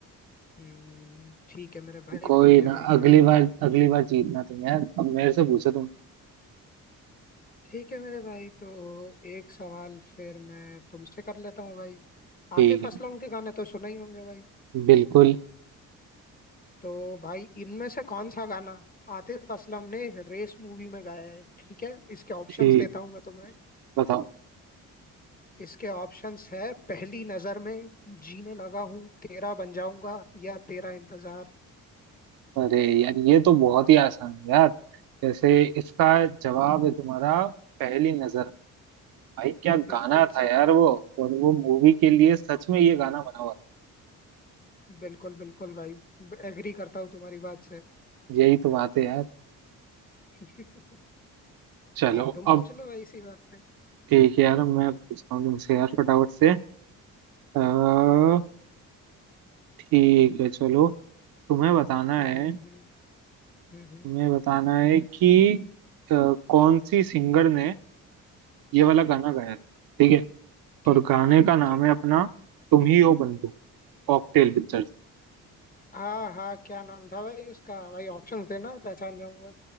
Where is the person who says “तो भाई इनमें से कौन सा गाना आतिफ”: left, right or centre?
Left